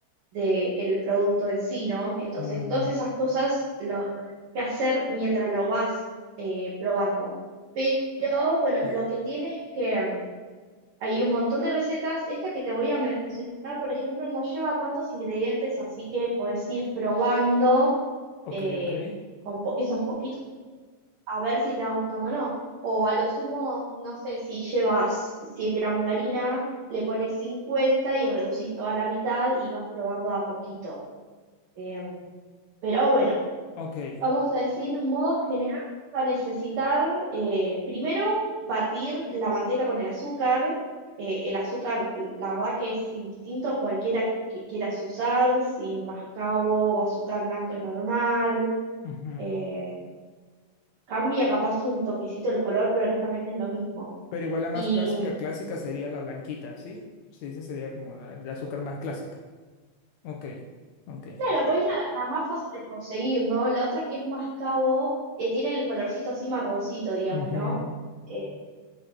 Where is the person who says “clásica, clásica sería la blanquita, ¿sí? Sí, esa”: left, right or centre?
Left